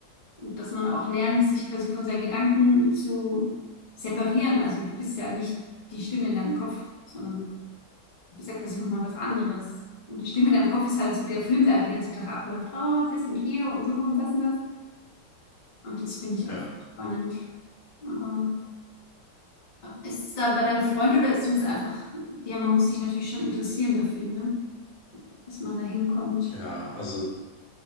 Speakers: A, on the left (about 80°); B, on the left (about 65°).
A: Und dass man auch lernt, sich quasi von seinen Gedanken zu separieren. Also du bist ja nicht die Stimme in deinem Kopf, sondern du bist ja quasi nochmal was anderes. Und die Stimme in deinem Kopf ist halt so der Film, der halt den ganzen Tag abläuft. Oh, das und hier und so und das und das. Und das finde ich
B: ja,
A: auch spannend. Aber ist es da bei deinem Freund oder ist es einfach, ja, man muss sich natürlich schon interessieren dafür, ne? Dass man da hinkommt.
B: ja. Also